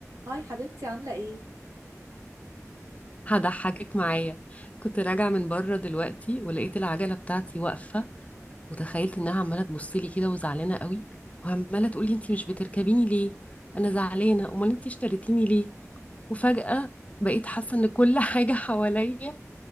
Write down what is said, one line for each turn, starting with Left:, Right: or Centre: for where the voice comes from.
Right: هاي حبيبتي عاملة ايه؟
Left: هضحكك معايا كنت راجعة من بره دلوقتي ولقيت العجلة بتاعتي واقفة وتخيلت انها عمالة تبص لي كده وزعلانة قوي وعمالة تقول لي انتي مش بتركبيني ليه انا زعلانة امال انتي اشتريتيني ليه وفجأة بقيت حاسة ان كل <laughs> حاجة حواليا